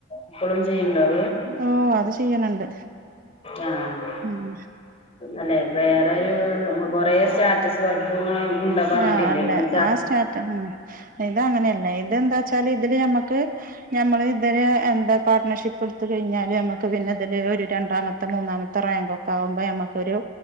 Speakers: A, on the left; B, on the right.
A: എപ്പോഴും ചെയ്യണ്ടാവോ?
B: ഓ! അത് ചെയ്യണണ്ട്.
A: ആഹ്
B: ഉം
A: അല്ലെ വേറരു കൊറേ സ്റ്റാറ്റസ് വർക്കു ഉണ്ടാ പറഞ്ഞിട്ടില്ലേങ്ങനെ
B: ആഹ് അല്ല ആ സ്റ്റാറ്റ് ഇത അങ്ങനെയല്ല ഇതെന്താ വച്ചാൽ ഇതില് ഞമ്മക്ക്- ഞമ്മള് ഇതരെ എന്താ പാർട്ട്ണർഷിപ്പ് എടുത്ത കഴിഞ്ഞാല് നമ്മക്ക് പിന്നെ അതില് ഒരു രണ്ടാമത്തെ മൂന്നാമത്തെ റാങ്ക് ഒക്കെ ആകുമ്പോ നമുക്കരു